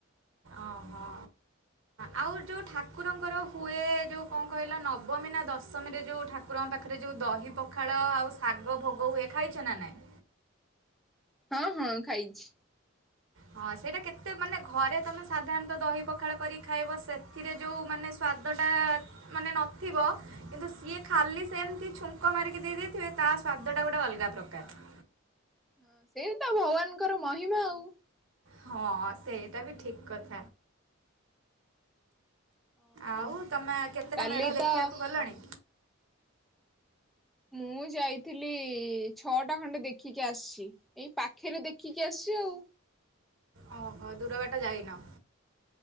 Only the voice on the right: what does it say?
ଓହୋ। ଆଉ ଯୋଉ ଠାକୁରଙ୍କର ହୁଏ ଯୋଉ କଣ କହିଲ ନବମୀ ନା ଦଶମୀରେ ଯୋଉ ଠାକୁରଙ୍କ ପାଖରେ ଯୋଉ ଦହି ପଖାଳ ଆଉ ଶାଗ ଭୋଗ ହୁଏ ଖାଇଛ ନା ନାହିଁ?
ହଁ ସେଇଟା କେତେ ମାନେ ଘରେ ତମେ ସାଧାରଣତଃ ଦହି ପଖାଳ କରିକି ଖାଇବ ସେଥିରେ ଯୋଉ ମାନେ ସ୍ଵାଦ ଟା ମାନେ ନଥିବ କିନ୍ତୁ ସିଏ ଖାଲି ସେମିତି ଛୁଙ୍କ ମାରିକି ଦେଇ ଦେଇଥିବେ ତା ସ୍ଵାଦ ଟା ଗୋଟେ ଅଲଗା ପ୍ରକାର।
ହଁ ସେଇଟା ବି ଠିକ କଥା।
ଆଉ ତମେ କେତେଟା
ମେଢ ଦେଖିବାକୁ
ଗଲଣି?
ଓହୋ ଦୂରବାଟ ଯାଇନ?